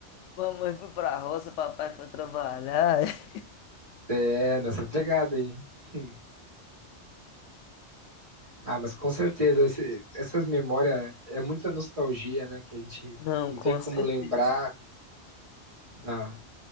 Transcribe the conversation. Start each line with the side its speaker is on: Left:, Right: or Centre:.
Left: Mamãe foi pra roça, papai foi trabalhar. <laughs>
Right: É, nessa pegada aí. <laughs> Hum. Ah, mas com certeza, esse- essas memórias é muita nostalgia, né? Que a gente
Left: Não,
Right: não
Left: com
Right: tem como
Left: certeza.
Right: lembrar da,